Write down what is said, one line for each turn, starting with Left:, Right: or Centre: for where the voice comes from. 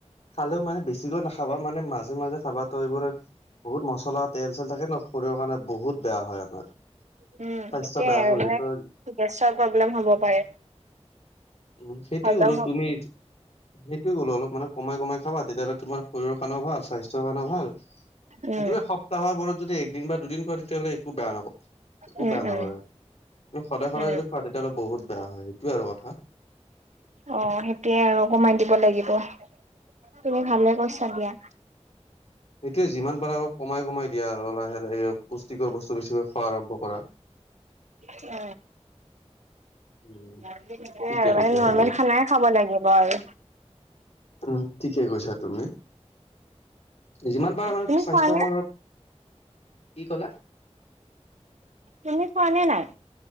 Left: খালেও মানে বেছিকৈ নাখাবা মানে মাজে মাজে খাবা তো এইবোৰ বহুত মছলা তেল চেল থাকে ন শৰীৰৰ কাৰণে বহুত বেয়া হয় আমাৰ। স্বাস্থ্য
Right: সেইটোয়ে
Left: বেয়া
Right: আৰু
Left: কৰি
Right: মানে
Left: দিয়ে তই।
Right: গেছৰ প্ৰব্লেম হ'ব পাৰে।
Left: উ সেইটোয়ে
Right: হজম
Left: কলো
Right: হ'ব
Left: তুমি সেইটোয়ে কলো অলপ মানে কমাই কমাই খাবা তেতিয়াহ'লে তোমাৰ শৰীৰ কাৰণেও ভাল, স্বাস্থ্যৰ কাৰণেও ভাল
Right: উম
Left: সেইটোৱে সপ হৰ মূৰত যদি একদিন বা দুদিন খোৱা তেতিয়া হ'লে একো বেয়া নহয়। একো
Right: উম
Left: বেয়া নকৰে,
Right: উম
Left: কিন্তু সদায় সদায়
Right: উম
Left: যদি খোৱা তেতিয়াহ'লে বহুত বেয়া হয়, সেইটোয়ে আৰু কথা।
Right: অঁ সেইটোয়ে আৰু কমাই দিব লাগিব। তুমি ভালে কৈছা দিয়া।
Left: এইটোয়ে যিমান পাৰা অলপ কমাই কমাই দিয়া আৰু লাহে লাহে পুষ্টিকৰ বস্তু বেছিে খোৱা আৰম্ভ কৰা।
Right: <unintelligible>
Left: উম
Right: অঁ <unintelligible> সেই
Left: ঠিকে তেতিয়াহ'লে
Right: আৰু মানে নৰ্মেল খানাই খাব লাগিব আৰু।
Left: উম, ঠিকে কৈছা তুমি। যিমান পাৰা মানে
Right: তুমি
Left: স্বাস্থ্যকৰ
Right: খোৱা নে?
Left: কি কলা?
Right: তুমি খোৱা নে নাই।